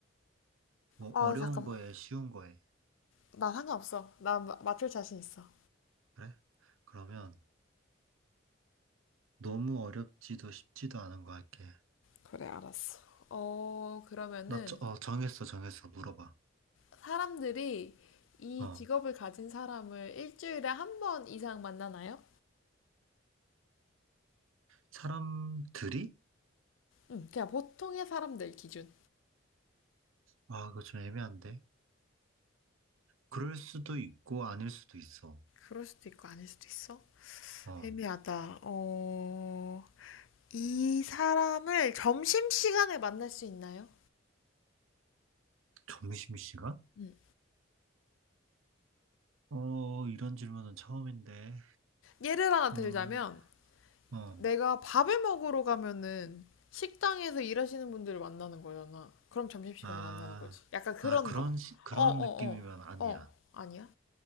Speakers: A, on the right (about 90°); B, on the left (about 75°).
A: 뭐,
B: 아,
A: 어려운
B: 잠깐만.
A: 거에 쉬운 거에.
B: 나 상관없어. 나 마- 맞출 자신 있어.
A: 그래? 그러면 너무 어렵지도 쉽지도 않은 거 할게.
B: 그래, 알았어. 어, 그러면은
A: 나, 저- 어, 정했어, 정했어. 물어봐.
B: 사람들이 이
A: 어,
B: 직업을 가진 사람을 일주일에 한 번 이상 만나나요?
A: 사람들이?
B: 응, 그냥 보통의 사람들 기준.
A: 아, 이거 좀 애매한데. 그럴 수도 있고, 아닐 수도 있어.
B: 그럴 수도 있고 아닐 수도 있어.
A: 어,
B: 애매하다. 어, 이 사람을 점심시간에 만날 수 있나요?
A: 점심시간?
B: 응
A: 어, 이런 질문은 처음인데.
B: 예를 하나
A: 음,
B: 들자면,
A: 어,
B: 내가 밥을 먹으러 가면은 식당에서 일하시는 분들을 만나는 거잖아. 그럼 점심시간에
A: 아,
B: 만나는 거지. 약간 그런
A: 아, 그런,
B: 거.
A: 시- 그런
B: 어, 어,
A: 느낌이면
B: 어.
A: 아니야.
B: 어, 아니야?